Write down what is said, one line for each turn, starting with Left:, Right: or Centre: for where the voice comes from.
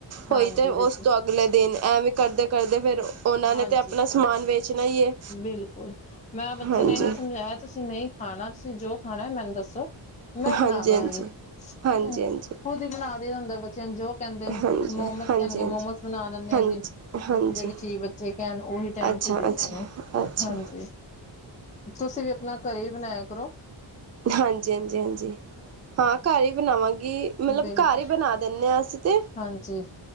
Right: ਹੋਈ
Left: ਹਾਂਜੀ
Right: ਤੇ ਉਸ
Left: ਬਿਲਕੁਲ
Right: ਤੋਂ ਅਗਲੇ ਦਿਨ ਐਂ ਵੀ ਕਰਦੇ, ਕਰਦੇ ਫੇਰ ਉਹਨਾਂ
Left: ਹਾਂਜੀ
Right: ਨੇ ਤੇ ਆਪਣਾ ਸਮਾਨ ਵੇਚਣਾ ਹੀ ਹੈ।
Left: ਬਿਲਕੁਲ ਮੈਂ ਬੱਚੇ
Right: ਹਾਂਜੀ
Left: ਨੇ ਇਹੀ ਸਮਝਾਇਆ, ਤੁਸੀਂ ਨਹੀਂ ਖਾਣਾ ਤੁਸੀਂ ਜੋ ਖਾਣਾ ਮੈਨੂੰ ਦੱਸੋ? ਮੈਂ ਬਣਾ
Right: ਹਾਂਜੀ
Left: ਦਵਾਂਗੀ,
Right: ਹਾਂਜੀ
Left: ਠੀਕ
Right: ਹਾਂਜੀ
Left: ਹੈ ਨਾ
Right: ਹਾਂਜੀ
Left: ਖੁਦ ਹੀ ਬਣਾ ਦੇ ਹੁੰਦਾ ਬੱਚਿਆਂ ਨੂੰ ਜੋ ਕਹਿੰਦੇ
Right: ਹਾਂਜੀ
Left: ਮੋਮੋਸ
Right: ਹਾਂਜੀ ਹਾਂਜੀ
Left: ਕਹਿਣਗੇ ਮੋਮੋਸ ਬਣਾ ਲੈਂਦੇ,
Right: ਹਾਂਜੀ
Left: ਆ ਜੀ
Right: ਹਾਂਜੀ
Left: ਜਿਹੜੀ ਚੀਜ਼ ਬੱਚੇ ਕਹਿਣ ਉਹੀ ਟਾਈਮ
Right: ਅੱਛਾ
Left: ਚ ਦੇ
Right: ਅੱਛਾ
Left: ਦੇਣਾ।
Right: ਅੱਛਾ
Left: ਹਾਂਜੀ ਤੁਸੀਂ ਵੀ ਆਪਣਾ ਘਰੇ ਬਣਾਇਆ ਕਰੋ।
Right: ਹਾਂਜੀ-ਹਾਂਜੀ-ਹਾਂਜੀ, ਹਾਂ ਘਰ ਹੀ ਬਣਾਵਾਂਗੀ, ਮਤਲਬ
Left: ਬਿਲਕੁਲ
Right: ਘਰ ਹੀ ਬਣਾ ਦਿੰਦੇ ਹਾਂ ਅਸੀਂ ਤੇ
Left: ਹਾਂਜੀ,